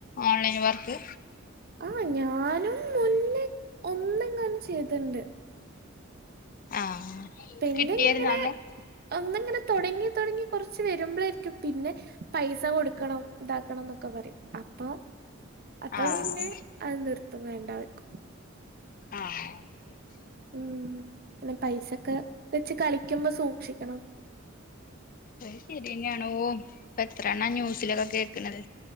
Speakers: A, on the left; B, on the right.
A: ഓൺലൈൻ വർക്ക്?
B: ആഹ് ഞാനും മുന്നേ ഒന്ന് എങ്ങാനം ചെയ്തിണ്ട്.
A: ആഹ്
B: പിന്നെ
A: കിട്ടിയായിരുന്നോ
B: ഇങ്ങനെ
A: അന്ന്
B: ഒന്നിങ്ങനെ തുടങ്ങി തുടങ്ങി കുറച്ച് വരുമ്പോഴായിരിക്കും പിന്നെ. പൈസ കൊടുക്കണം ഇതാക്കണം എന്നൊക്കെ പറയും അപ്പൊ അപ്പൊ
A: ആഹ്
B: പിന്നെ അത് നിർത്തും വേണ്ട വെക്കും.
A: ആഹ് ശരി.
B: ഉം പിന്നെ പൈസൊക്കെ വെച്ച് കളിക്കുമ്പോ സൂക്ഷിക്കണം.
A: അത് ശരിയന്നെയാണോ ഇപ്പ എത്ര എണ്ണ ന്യൂസിലൊക്കെ കേൾക്കണത്.